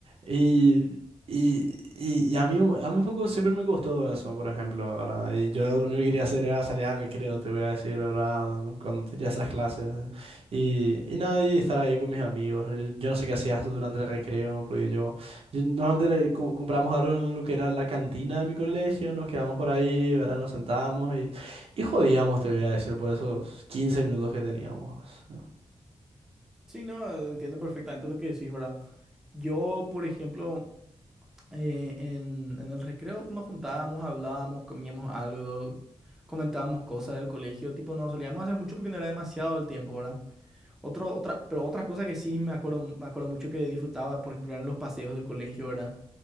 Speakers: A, on the right; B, in the centre.
A: Y, y, y- y a mí, a mí un poco siempre me costó eso, por ejemplo, ¿verdad? Y yo lo único que quería hacer era salir a recreo, te voy a decir, ¿verdad? Cuando tenía esas clases. Y, y nada, y estar ahí con mis amigos. Yo, yo no sé qué hacías durante el recreo, porque yo... Yo- Normalmente le co- compramos algo en lo que era la cantina de mi colegio, nos quedamos por ahí, ¿verdad? Nos sentábamos y jodíamos, te voy a decir, por esos 15 minutos que teníamos. ¿no?
B: Sí, no, entiendo perfectamente lo que decís, ¿verdad? Yo, por ejemplo, eh, en, en el recreo nos juntábamos, hablábamos, comíamos algo, comentábamos cosas del colegio. Tipo, no solíamos hacer mucho porque no era demasiado el tiempo, ¿verdad? Otro, otra, pero otras cosas que sí me acuerdo, me acuerdo mucho que disfrutaba, por ejemplo, eran los paseos del colegio, ¿verdad?